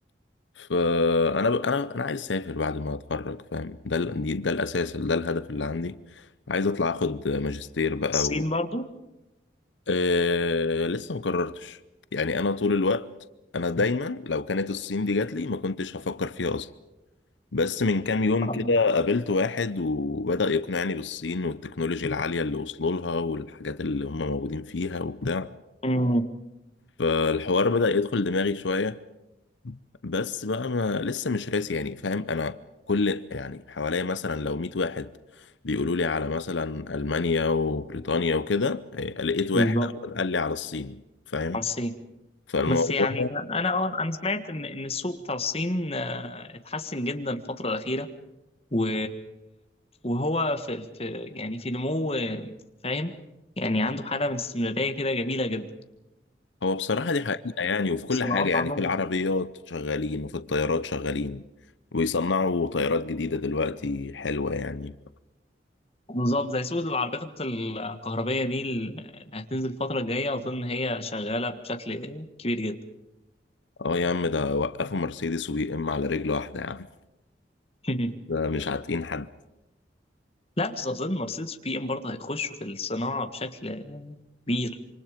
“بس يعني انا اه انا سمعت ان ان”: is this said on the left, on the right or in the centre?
Left